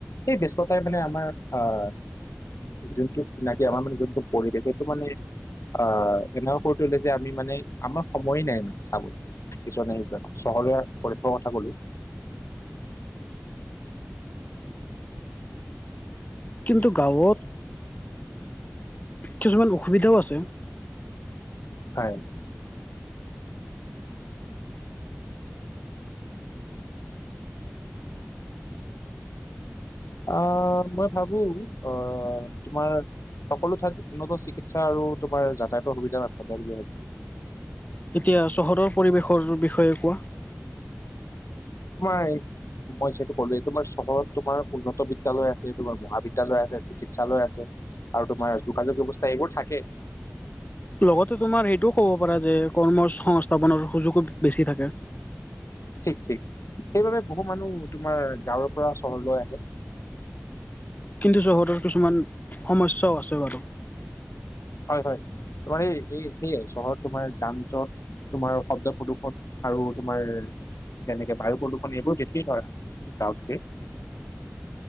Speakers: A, on the left (about 80°); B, on the left (about 35°).
A: সেই ব্যস্ততাই মানে আমাৰ আ আ। যোনটো চিনাকি আমাৰ মানে যোনটো পৰিৱেশ এইটো মানে আ আ আ, এনেও কৰি তুলে যে আমি মানে আমাৰ সম ময়েই নাই মানে চাব টক ইজনে সিজনক চহৰীয়া পৰিৱেশৰ কথা কলো।
B: কিন্তু গাঁৱত কিছুমান অসুবিধাও আছে।
A: হয়। আ আ আ, মই ভাবো অ অ অ অহ অহ। অ, তোমাৰ সকলো ঠাইত উন্নত চিকিৎসা আৰু তোমাৰ যাতায়াতৰ সুবিধা নাথাকে বুলি ভাবো।
B: এতিয়া চহৰৰ পৰিৱেশৰ বিষয়ে কোৱা।
A: মাই। মই সেইটো কলোৱে তোমাৰ চহৰত তোমাৰ উন্নত বিদ্যালয় আছে তোমাৰ মহাবিদ্যালয় আছে চিকিৎসালয় আছে। আৰু তোমাৰ যোগাযোগ ব্যৱস্থা এইবোৰ থাকে।
B: লগতে তোমাৰ এইটোও ক'ব পাৰা যে কৰ্ম-সংস্থাপনৰ সুযোগো ব বেছি থাকে।
A: ঠিক ঠিক, সেইবাবে বহু মানুহ তোমাৰ গাঁৱৰ পৰা চহৰলৈ আহে।
B: কিন্তু চহৰত কিছুমান সমস্যাও আছে বাৰু।
A: হয় হয় তোমাৰ এই সেয়াই চহৰত তোমাৰ যান জট তোমাৰ শব্দ প্ৰদূষণ আৰু তোমাৰ তেনেকে বায়ু প্ৰদূষণ এইবোৰ বেছি হয় গাঁৱতকে।